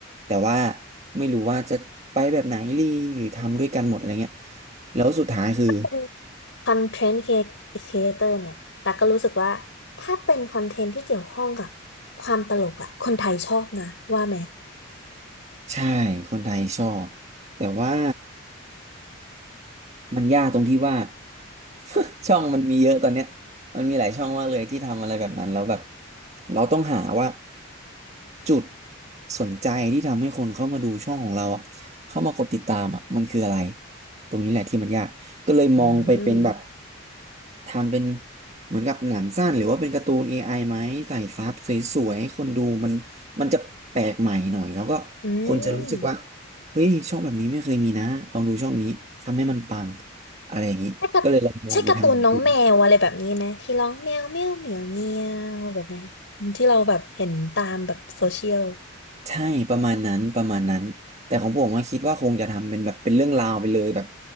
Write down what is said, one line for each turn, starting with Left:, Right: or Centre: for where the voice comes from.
Right: แต่ว่าไม่รู้ว่าจะไปแบบไหนรีหรือทำด้วยกันหมดอะไรเงี้ยแล้วสุดท้ายคือ
Left: เป็นคอนเทนต์ครีเอเตอร์เนี่ยแต่ก็รู้สึกว่าถ้าเป็นคอนเทนต์ที่เกี่ยวข้องกับความตลกอะคนไทยชอบนะว่าไหม
Right: ใช่คนไทยชอบแต่ว่า มันยากตรงที่ว่า <laughs> ช่องมันมีเยอะตอนเนี้ยมันมีหลายช่องมากเลยที่ทำอะไรแบบนั้นแล้วแบบเราต้องหาว่าจุดสนใจที่ทำให้คนเข้ามาดูช่องของเราอ่ะเข้ามากดติดตามอ่ะมันคืออะไรตรงนี้แหละที่มันยากก็เลยมองไปเป็นแบบ
Left: อืม
Right: ทำเป็นเหมือนกับหนังสั้นหรือว่าเป็นการ์ตูน AI ไอไหมใส่ซับสวยๆให้คนดูมันมันจะแปลกใหม่หน่อยแล้วก็คนจะรู้สึกว่า
Left: อืม
Right: เฮ้ยช่องแบบนี้ไม่เคยมีนะลองดูช่องนี้ทำให้มันปังอะไรอย่างนี้ก็เลยลองมองไปทางนั้นดู
Left: ใช่การใช่การ์ตูนน้องแมวอะไรแบบนี้ไหมที่ร้องแมวแมวเหมียวเมียวแบบเนี้ยที่เราแบบเห็นตามแบบโซเชียล
Right: ใช่ประมาณนั้นประมาณนั้นแต่ของผมก็คิดว่าคงจะทำเป็นแบบเป็นเรื่องราวไปเลยแบบ